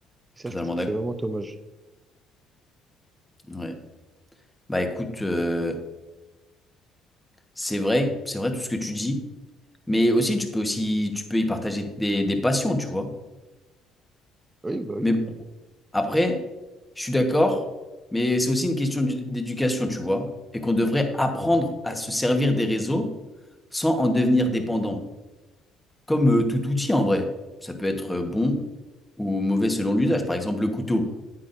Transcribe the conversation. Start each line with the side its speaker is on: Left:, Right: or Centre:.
Right: Et ça,
Centre: Totalement
Right: je trouve que
Centre: d'accord.
Right: c'est vraiment dommage.
Centre: Ouais. Bah écoute, euh, c'est vrai, c'est vrai tout ce que tu dis, mais aussi tu peux aussi tu peux y partager des, des passions, tu vois.
Right: Oui, bah oui.
Centre: Mais bon, après, je suis d'accord, mais c'est aussi une question d'u- d'éducation, tu vois, et qu'on devrait apprendre à se servir des réseaux sans en devenir dépendant, comme euh, tout outil en vrai. Ça peut être euh, bon ou mauvais selon l'usage. Par exemple, le couteau,